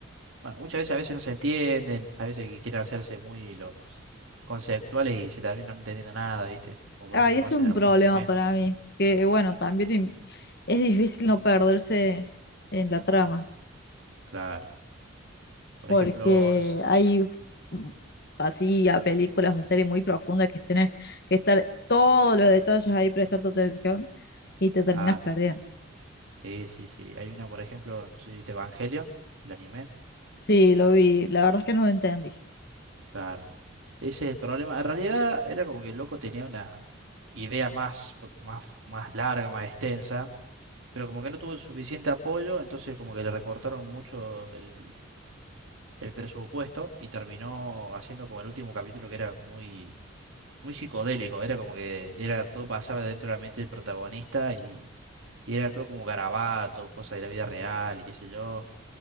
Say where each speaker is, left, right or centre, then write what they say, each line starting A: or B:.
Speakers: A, on the right (about 70°); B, on the left (about 50°).
A: bueno, muchas veces a veces no se entienden, a veces que quieren hacerse muy los conceptuales y se terminan no entendiendo nada, ¿viste? Como por
B: Ah,
A: ejemplo
B: y eso
A: pasa
B: es
A: en
B: un
A: algunos
B: problema
A: animes.
B: para mí, que bueno, también im- es difícil no perderse en la trama,
A: Claro. Por
B: porque
A: ejemplo, no sé-
B: hay mm, así a películas o series muy profundas que tenés que estar todos los detalles ahí prestando atención y te terminas
A: claro.
B: perdiendo.
A: Sí, sí, sí. Hay una, por ejemplo, no sé si viste Evangelion, el anime.
B: Sí, lo vi, la verdad es que no lo entendí.
A: Claro. Ese es el problema. En realidad era como que el loco tenía una idea más, más, más larga, más extensa, pero como que no tuvo el suficiente apoyo, entonces como que le recortaron mucho el, el presupuesto y terminó haciendo como el último capítulo que era muy, muy psicodélico. Era como que era todo pasaba dentro de la mente del protagonista y, y era todo como garabatos, cosas de la vida real y qué sé yo.